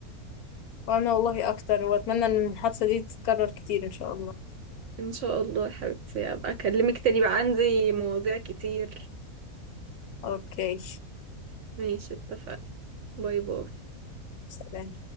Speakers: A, on the left (about 75°); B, on the right (about 65°).
A: وانا والله اكتر واتمنى ان الحادثة دي تتكرر كتير ان شاء الله
B: ان شاء الله يا حبيبتي ابقى اكلمك تاني بقى عندي مواضيع كتير
A: اوكي
B: ماشي اتفقنا باي باي
A: سلام